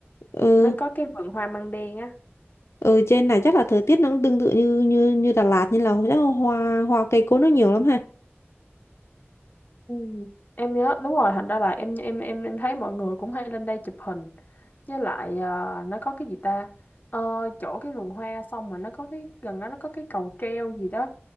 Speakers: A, on the left (about 80°); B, on the left (about 40°).
A: ừ
B: Nó có cái vườn hoa măng đen á.
A: ừ trên này chắc là thời tiết nó cũng tương tự như như như Đà Lạt như là chắc là hoa hoa cây cối nó nhiều lắm ha
B: Ừ. Em nhớ đúng rồi, thành ra là em em em em thấy mọi người cũng hay lên đây chụp hình. với lại ờ, nó có cái gì ta Ờ, chỗ cái vườn hoa xong mà nó có cái gần đó nó có cái cầu treo gì đó